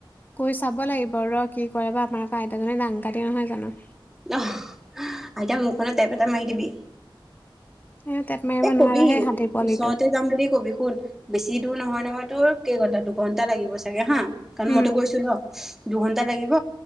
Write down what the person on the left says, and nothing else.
কৈ চাব লাগিব ৰ' কি কৰে বা আমাৰ আকৌ আইতাজনী দাংকাটি নহয় জানো।
এ টেপ মাৰিব
নোৱাৰা
সেই হাতী পোৱালিটো
উম